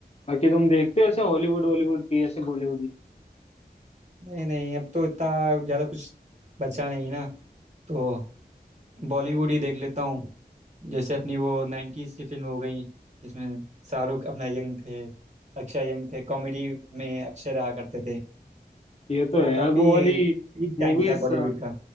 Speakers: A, on the left (about 40°); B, on the right (about 45°).
A: बाकी तुम देखते हो ऐसे हॉलीवुड बॉलीवुड की ऐसे बॉलीवुड की
B: नहीं नहीं अब तो इतना ज़्यादा कुछ बचा नहीं ना तो बॉलीवुड ही देख लेता हूँ जैसे अपनी वो नाइन्टीज़ की फिल्म हो गई जिसमें शाहरुख अपना यंग थे अक्षय यंग थे कॉमेडी में अक्षय रहा करते थे
A: ये तो
B: वो
A: है यार
B: काफ़ी
A: वो वाली
B: पीक
A: मूवीज
B: टाइम था बॉलीवुड का